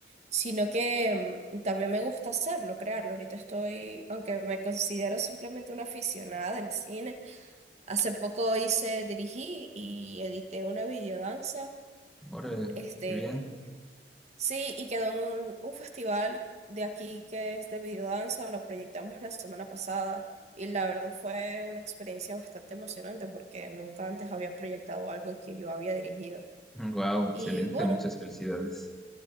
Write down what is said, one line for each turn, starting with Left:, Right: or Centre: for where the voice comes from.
Right: sino que mm, también me gusta hacerlo, crearlo. Ahorita estoy, aunque me considero simplemente una aficionada del cine, hace poco hice, dirigí y edité una videodanza,
Centre: Órale,
Right: este,
Centre: qué bien.
Right: Sí, y quedó en un, un festival de aquí que es de videodanza, lo proyectamos la semana pasada y la verdad fue una experiencia bastante emocionante porque nunca antes había proyectado algo que yo había dirigido.
Centre: Wow,
Right: Y
Centre: excelente,
Right: bueno,
Centre: muchas felicidades.